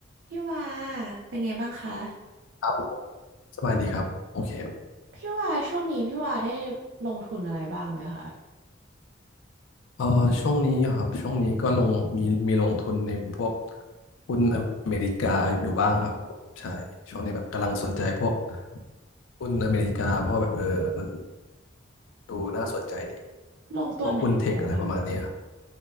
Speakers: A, on the right; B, on the left.
A: พี่ว่าเป็นไงบ้างคะ
B: ครับสบายดีครับ โอเค
A: พี่ว่าช่วงนี้พี่ว่าได้ลงทุนอะไรบ้างไหมคะ
B: เอ่อช่วงนี้อครับช่วงนี้ก็ลงมีมีลงทุนในพวกหุ้นอเมริกาอยู่บ้างครับใช่ช่วงนี้แบบกำลังสนใจพวกหุ้นอเมริกาเพราะว่าแบบเออมันดูน่าสนใจดี
A: ลงไหนคะ
B: พวกหุ้นเทคอะไรประมาณนี้ครับ